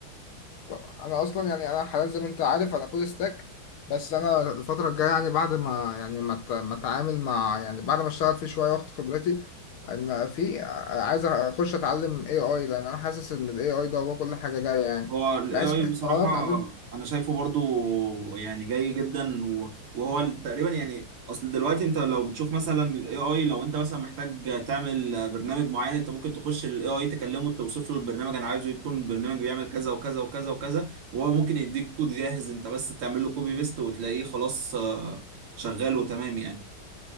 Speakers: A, on the left; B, on the right.
A: طب انا اصلا يعني انا حاليا زي ما انت عارف انا فول ستاك بس انا الفتره الجايه يعني بعد ما يعني ما أت- ما اتعامل مع يعني بعد ما اشتغل فيه شويه واخد خبرتي انا في عايز اخش اتعلم اي اي لان انا حاسس ان الاي اي ده هو كل حاجه جايه يعني
B: هو ال
A: بحس
B: AI
A: بس
B: بصراحة
A: إن انا اتعلم
B: أنا شايفه برضو يعني جاي جدا و- وهو ال- تقريبا يعني أصل دلوقتي أنت لو بتشوف مثلا ال AI لو أنت مثلا محتاج تعمل برنامج معين أنت ممكن تخش ال AI تكلمه توصف له البرنامج أنا عايزه يكون البرنامج بيعمل كذا وكذا وكذا وكذا وهو ممكن يديك كود جاهز أنت بس تعمل له كوبي بيست وتلاقيه خلاص آه، شغال وتمام يعني